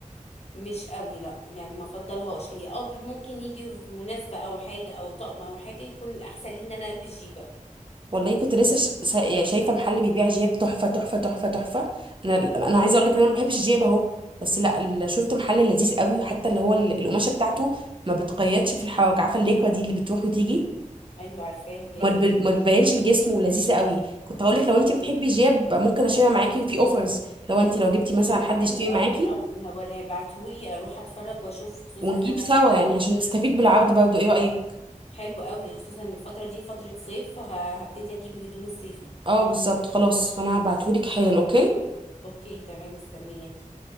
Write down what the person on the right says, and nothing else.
والله كنت لسه ش... س- يعني شايفه محل بيبيع جياب تحفه تحفه تحفه تحفه انا انا عايزه اقول لك ان انا ما بحبش الجياب اهو بس لا ال- شفت محل لذيذ قوي وحتى اللي هو ال- القماشه بتاعته ما بتقيدش في الحواك عارفه الليكوا دي اللي بتروح وتيجي
ما تب- ما تبينش الجسم ولذيذه قوي كنت هقولك لو انت
بتحبي
جيب ممكن اشيلها معاكي وفي اوفرز لو انت لو جبتي مثلا حد
يشتري معاكي
ونجيب
سوا
يعني
عشان نستفيد
بالعرض برضه ايه رايك
اه بالظبط خلاص انا هبعتهولك حالا اوكي